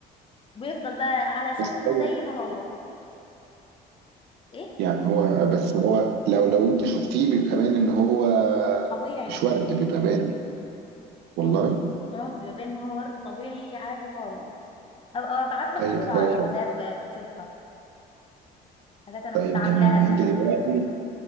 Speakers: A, on the left; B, on the right.
A: بيفضل بقى على شكله
B: بس ايوه
A: زي ما هو ايه
B: يعني هو بس هو لو لو انت شفتيه بيبقى باين ان هو
A: طبيعي
B: مش ورد بيبقى باين والله
A: اه اه بيبان ان هو ورد طبيعي عادي خالص هبقى ابعت لك
B: طيب
A: صورة على
B: كويس
A: الواتساب آه، تشوفها حاجات انا
B: طيب
A: كنت عاملاها
B: جميل
A: قبل
B: انت
A: كده
B: دلوقتي